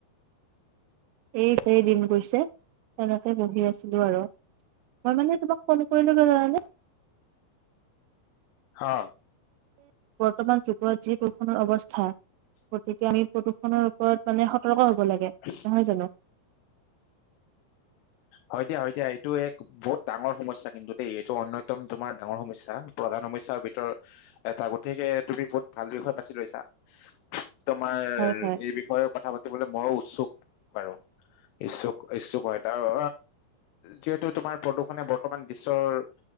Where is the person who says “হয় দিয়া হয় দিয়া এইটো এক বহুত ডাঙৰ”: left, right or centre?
Left